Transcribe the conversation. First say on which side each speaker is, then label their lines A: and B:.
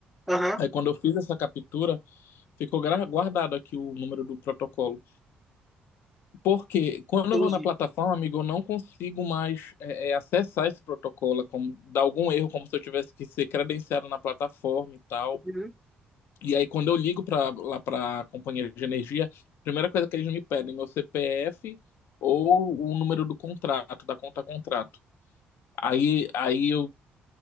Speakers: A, in the centre; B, on the left.
A: aham,
B: Aí quando eu fiz essa captura, Ficou gra- guardado aqui o número do protocolo. Porque quando
A: entendi.
B: eu vou na plataforma, amigo, eu não consigo mais é, é, acessar esse protocolo, É como, dá algum erro, como se eu tivesse que ser credenciado na plataforma e tal.
A: Uhum,
B: E aí, quando eu ligo para lá para a companhia de energia, a primeira coisa que eles me pedem é meu CPF ou o número do contrato, da conta contrato. Aí, aí eu